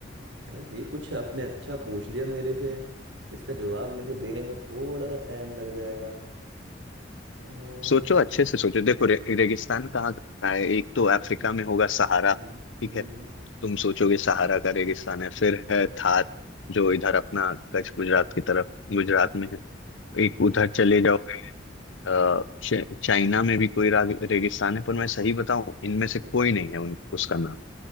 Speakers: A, on the right (about 80°); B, on the left (about 80°).
A: यार ये कुछ आपने अच्छा पूछ लिया मेरे से इसका जवाब मेरे को देने में थोड़ा सा टाइम लग जाएगा अ, हम्म,
B: सोचो अच्छे से सोचो देखो रे, रेगिस्तान कहाँ कहाँ है एक तो अफ्रीका में होगा सहारा
A: हम्म,
B: ठीक है तुम सोचोगे सहारा का रेगिस्तान
A: हम्म,
B: है फिर
A: हम्म,
B: है थार जो इधर अपना कच्छ गुजरात की तरफ गुजरात में है एक उधर चले जाओ अ, च- चाइना में भी कोई राग- रेगिस्तान है पर मैं सही बताऊं इनमें से कोई
A: हाँ
B: नहीं है उन उसका नाम